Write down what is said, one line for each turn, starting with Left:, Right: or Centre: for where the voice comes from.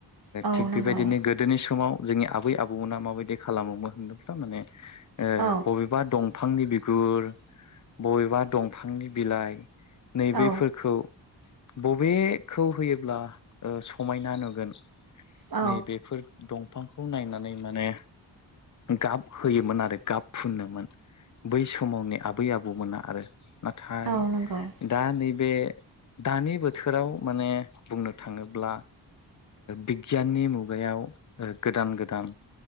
Right: औ
Left: थिग
Right: नंगौ
Left: बेबायदिनो गोदोनि समाव जोंनि आबै आबौमोना माबायदि खालामोमोन होनदोंब्ला माने
Right: औ
Left: बबेबा दं बिफांनि बिगुर बबेबा दंफांनि बिलाइ नैबेफोरखौ
Right: औ
Left: बबेखौ होयोब्ला समायनासिन नुगोन
Right: औ
Left: नै बेफोर दं! ! बिफांखौ नायनानै माने गाब होयोमोन आरो गाब फुनोमोन। बै समावनि आबै आबौमोना आरो नाथाय
Right: औ नंगौ
Left: दा नै बे दानि बोथोराव माने बुंनो थाङोब्ला बिगियाननि मुगायाव गोदान गोदान